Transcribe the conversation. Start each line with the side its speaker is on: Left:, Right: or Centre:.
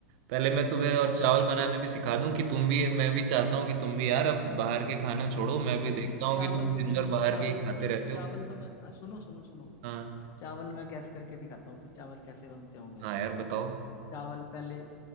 Right: पहले मैं तुम्हें
Left: <laughs>
Right: और चावल बनाने भी सिखा दूं कि तुम भी मैं भी चाहता हूँ कि तुम भी यार अब बाहर के खाना छोड़ो मैं भी
Left: अरे
Right: देखता हूँ
Left: चावल
Right: कि तुम
Left: तो
Right: दिन
Left: मुझे
Right: भर बाहर
Left: चावल
Right: के ही खाते
Left: चलो
Right: रहते
Left: चावल
Right: हो
Left: तो मैं अ, सुनो सुनो सुनो
Right: हाँ
Left: चावल मैं गैस करके दिखाता हूँ कि चावल कैसे बनते होंगे
Right: हाँ यार बताओ
Left: चावल पहले